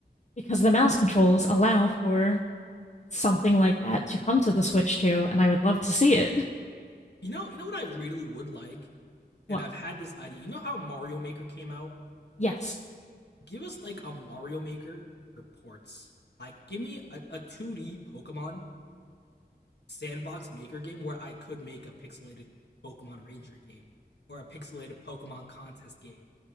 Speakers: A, on the left (about 40°); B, on the left (about 80°).
A: because the mouse controls allow for something like that to come to the Switch too, and I would love to see it.
B: You know you know what I really would like,
A: <laughs>
B: and
A: What?
B: I've had this idea. You know how Mario Maker came out
A: Yes.
B: give us like a Mario Maker for ports. Like, give me a, a 2D Pokemon sandbox maker game where I could make a pixelated Pokemon Ranger game or a pixelated Pokemon contest game